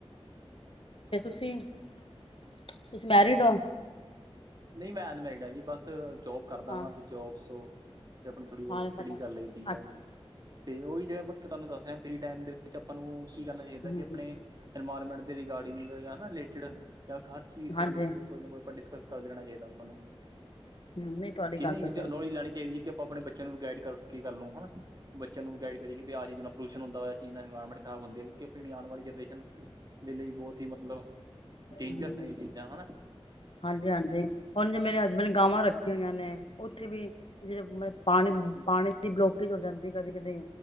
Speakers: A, on the left; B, on the right.
A: ਤੇ, ਤੁਸੀਂ -ਤੁਸੀਂ ਮੈਰਿਡ ਹੋ?
B: ਨਹੀਂ ਮੈਂ, ਅਨ ਮੱਰੀਡ ਹਾ ਜੀ ਬਸ ਜੋਬ ਕਰਦਾ
A: ਹਾਂ
B: ਵਾਂ ਤੇ ਜੋਬ ਸੋ ਅਤੇ ਆਪਣੀ ਥੋੜ੍ਹੀ ਬਹੁਤ
A: ਹਾਂ
B: ਸਟੱਡੀ
A: ਪਤਾ
B: ਕਰ ਲਈ ਦੀ ਹੈ
A: ਅੱਛਾ
B: ਤੇ ਉਹ ਵੀ ਜਿਹੜਾ ਮੈਂ ਤੁਹਾਨੂੰ ਦੱਸ ਰਿਹਾ ਫਰੀ ਟਾਈਮ ਦੇ ਵਿੱਚ ਆਪਾਂ ਨੂੰ ਕੀ ਕਰਨਾ ਚਾਹੀਦਾ
A: ਹਮ
B: ਕਿ ਆਪਣੇ ਇਨਵਾਰਮੈਂਟ ਦੇ ਰਿਗਾਰਡਿੰਗਟ ਤੋਂ ਲਿਆ ਨਾ ਰਿਲੇਟਿਡ ਤਾਂ ਹਰ ਚੀਜ਼ ਤੋਂ
A: ਹਾਂਜੀ
B: ਰਿਲੇਟਿਡ ਕੋਈ ਨਾ ਕੋਈ ਆਪਾਂ ਡਿਸਕਸ ਕਰਦੇ ਰਹਿਣਾ ਚਾਹੀਦਾ ਆਪਾਂ ਨੂੰ,
A: ਹਮ ਨਹੀਂ ਤੁਹਾਡੀ
B: ਕਿ
A: ਗੱਲ
B: ਨਹੀਂ?
A: ਤਾਂ ਸਹੀ
B: ਨੋਲਿਜ ਲੈਣੀ ਚਾਹੀਦੀ। ਕਿ ਆਪਾਂ ਆਪਣੇ ਬੱਚਿਆਂ ਨੂੰ ਵੀ ਗਾਈਡ ਕਰ ਸਕੀਏ, ਗੱਲ ਨੂੰ ਹਨਾ। ਬੱਚਿਆਂ ਨੂੰ ਗਾਈਡ ਕਰੀਏ ਕਿ ਵੀ ਆ ਚੀਜ਼ ਨਾਲ ਪੋਲਿਊਸ਼ਨ ਹੁੰਦਾ ਵੇ, ਆ ਚੀਜ਼ ਨਾਲ ਇਨਵਾਇਰਮੈਂਟ ਖਰਾਬ ਹੁੰਦੀ ਐ ਕਿ ਪਣੀ ਆਣ ਵਾਲੀ ਜਨਰੇਸ਼ਨ ਦੇ ਲਈ ਬਹੁਤ ਹੀ ਮਤਲਬ ਡੇਂਜਰਸ
A: ਹਮ
B: ਨੇ ਇਹ ਚੀਜ਼ਾਂ ਹਨਾ।
A: ਹਾਂਜੀ-ਹਾਂਜੀ, ਹੁਣ ਜੇ ਮੇਰੇ ਹਸਬੈਂਡ ਗਾਵਾਂ ਰੱਖੀਆਂ ਹੋਈਆਂ ਨੇ ਉੱਥੇ ਵੀ ਜਿੜੇ ਮਤਬ ਪਾਣੀ ਪਾਣੀ ਦੀ ਬਲੋਕੇਜ ਹੋ ਜਾਂਦੀ ਕਦੇ-ਕਦੇ।